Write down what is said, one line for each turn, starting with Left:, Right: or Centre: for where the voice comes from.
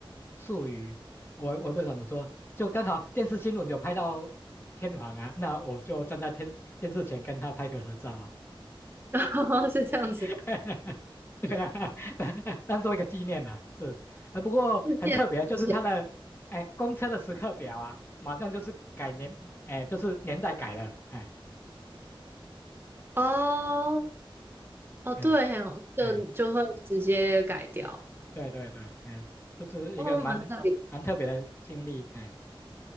Left: 术语，我我不知道怎么说，就刚好电视新闻有拍到天皇啊，那我就站在天电视前跟他拍个合照啊，
Right: <laughs> 是这样子，
Left: <laughs> 对啊，<laughs> 当当做一个纪念啦、啊，是，呃，不过很特别，
Right: 是这样子写
Left: 就是他的哎公车的时刻表啊，马上就是改年，哎，就是年代改了，哎
Right: 哦哦，
Left: 哎
Right: 对哦，这个就会直接改掉
Left: 哎。对对对，哎，这是一个蛮
Right: 哦，蛮特别
Left: 蛮特别的经历，哎，